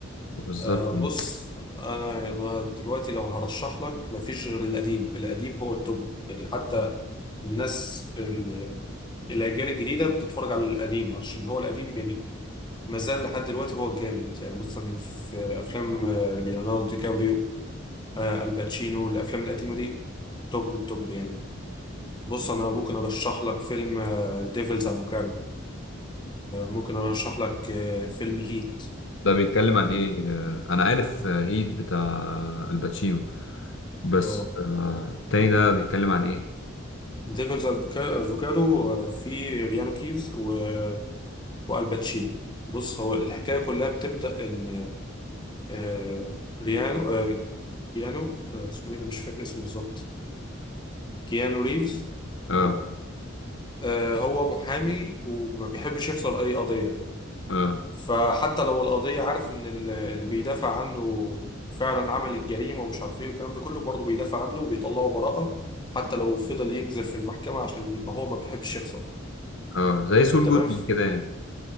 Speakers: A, on the left; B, on the left.
A: بالظبط
B: آه بص انا انا دلوقتي لو هرشح لك مفيش غير القديم القديم هو التوب يعني حتى الناس ال- الاجيال الجديده بتتفرج على القديم عشان هو القديم يعني ما زال لحد دلوقتي هو الجامد يعني مثلا في افلام آه، ليوناردو دي كابريو آه الباتشينو الافلام القديمه دي توب التوب يعني بص انا ممكن ارشح لك فيلم ديفلز افوكادو ممكن ارشح لك آه، فيلم هيت
A: ده بيتكلم عن ايه آه، انا عارف آه، هيت بتاع الباتشينو بس
B: اه
A: آه التاني ده بيتكلم عن ايه
B: ديفلز افوكادو في ريانو كيفز و- والباتشينو بص هو الحكايه كلها بتبدا ان آه، ريانو آه، كيانو آه، اسمه ايه ده مش فاكر اسمه بالظبط كيانو ريفز
A: اه
B: تمام آه، هو محامي وما بيحبش يخسر اي قضيه
A: اه
B: فحتى لو القضية عارف إن ال- اللي بيدافع عنه فعلا عمل الجريمة ومش عارف إيه والكلام ده كله برضه بيدافع عنه وبيطلعه براءة حتى لو فضل يكذب في المحكمة عشان ما هو ما بيحبش يخسر
A: اه زي سول
B: تمام
A: جودمان
B: ف-
A: كده يعني